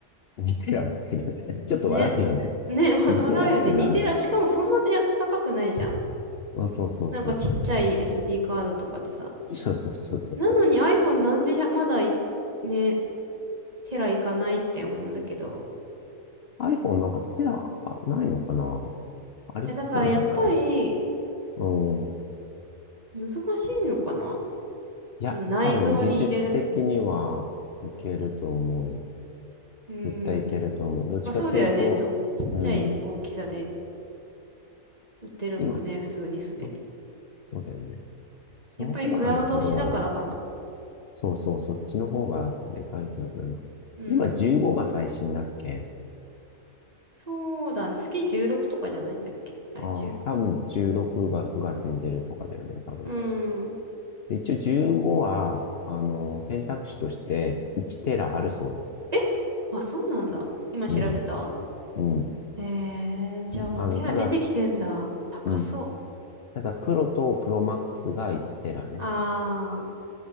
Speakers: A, on the left (about 55°); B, on the right (about 30°).
A: 2テラ売ってる。<laughs> ちょっと笑うよね。
B: ね、ね、<laughs> わ笑うよね。
A: 2テラってなんだ
B: 似てら、しかもそんなに高くないじゃん。
A: あ
B: なんかちっちゃい SD カードとかでさ。
A: そうそうそうそうそうそうそうそう
B: なのに iPhone なんで1まだい、ね、テラいかないって思うんだけど。
A: そう。iPhone なんかテラあないのかなありそうじゃない
B: いや、だからやっぱり
A: うん。
B: 難しいのかな。
A: いや、
B: その内蔵に入れる。
A: 多分技術的にはいけると思うよ。
B: うーん。
A: 絶対いけると思う。どっちかというと、
B: まあそうだよね。と、ちっちゃい大きさで
A: うん、
B: 売ってるもんね。
A: 今す、
B: 普通にすでに。
A: そ、そうだよね。そもそもなんだけど、
B: やっぱりクラウド推しだからかな。
A: そうそう、そっちの方がでかい気がするな。
B: うん。
A: 今15が最新だっけ
B: そうだね。次16とかじゃないんだっけあれ、
A: ああー、
B: 10。
A: 多分16が9月に出るとかだよね、多分。
B: うん。
A: で、一応15は、あの、選択肢として1テラあるそうです。
B: えあ、そうなんだ。今調べた
A: うん、うん。
B: えー、じゃあもうテラ出てきてんだ。
A: あの、ただ、
B: 高そう。
A: うん。だからプロとプロマックスが1テラね。
B: あ